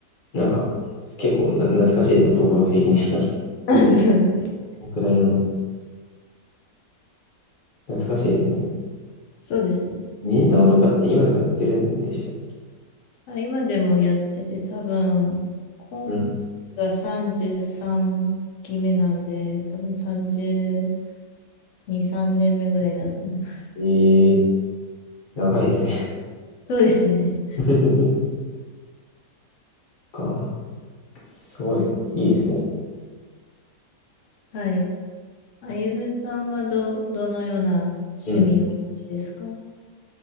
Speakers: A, on the left; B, on the left.
A: なんか、結構な、懐かしいですね、僕、僕的に。<laughs>
B: <laughs> そうですね。
A: 僕らの、<laughs> 懐かしいですね。
B: そうですね。
A: 忍たまとかって今でもやってるんでしたっけ
B: あ、今でもやってて、多分、今期が33期目なんで、
A: うん。
B: 多分32、3年目ぐらいになると思います。
A: ええ長いですね。
B: <laughs> そうですね。
A: <laughs> か。すごいです。いいですね。
B: はい。あゆむさんはど、どのような趣味をお持ちですか
A: うん。